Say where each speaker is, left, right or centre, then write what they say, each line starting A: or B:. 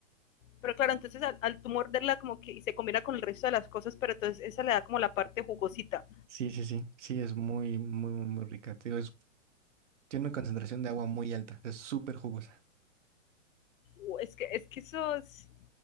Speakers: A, on the left; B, on the right.
A: Pero claro, entonces al, al tú morderla como que y se combina con el resto de las cosas, pero entonces esa le da como la parte jugosita.
B: Sí, sí, sí, sí, es muy, muy, muy muy rica. Te digo, es- tiene una concentración de agua muy alta, es súper jugosa.
A: Uh, es que, es que eso es,